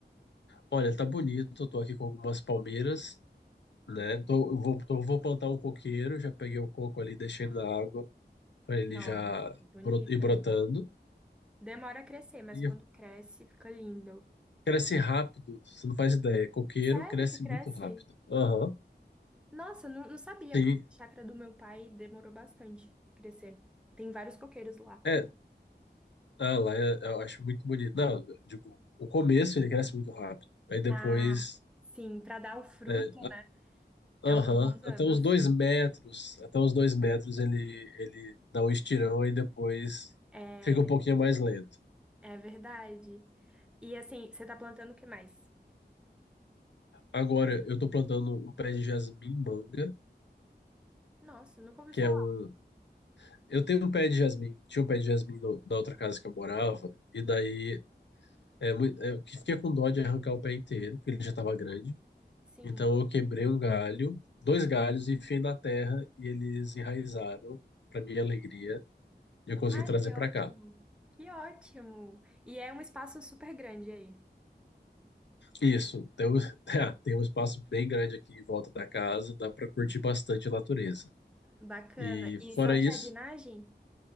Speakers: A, on the left; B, in the centre.
A: olha, tá bonito, eu tô aqui com algumas palmeiras, né? Tô, eu vou, tô- vou plantar um coqueiro, já peguei o coco ali, deixei na água para ele
B: Nossa,
A: já
B: bonito,
A: bro- ir brotando.
B: hein? Demora a crescer, mas
A: E
B: quando cresce, fica lindo.
A: cresce rápido, você não faz ideia. Coqueiro
B: Sério
A: cresce
B: que cresce?
A: muito rápido. Aham,
B: Nossa, não, não sabia,
A: sim.
B: porque a chácara do meu pai demorou bastante crescer. Tem vários coqueiros lá.
A: É, ah, lá eu, eu acho muito bonito. Não, eu digo, o começo ele cresce muito rápido. Aí depois.
B: Ah, Sim, para dar o fruto
A: É,
B: é
A: Aham,
B: uns bons anos.
A: até os dois metros, até os dois metros ele, ele dá um estirão e depois
B: É,
A: fica um pouquinho mais lento.
B: é verdade. E assim, você tá plantando o que mais?
A: Agora eu tô plantando um pé de jasmim manga,
B: Nossa, nunca ouvi
A: que
B: falar.
A: é um. Eu tenho um pé de jasmim, tinha um pé de jasmim no, na outra casa que eu morava, e daí é, mui- é, eu que fiquei com dó de arrancar o pé inteiro, porque ele já tava grande.
B: Sim.
A: Então eu quebrei um galho, dois galhos, e enfiei na terra e eles enraizaram, pra minha alegria, e eu consegui
B: Ai,
A: trazer
B: que
A: pra
B: ótimo.
A: cá.
B: Que ótimo. E é um espaço super grande aí.
A: Isso, tem um, <laughs> é, tem um espaço bem grande aqui em volta da casa, dá para curtir bastante a natureza.
B: Bacana.
A: E
B: E
A: fora
B: só de
A: isso,
B: jardinagem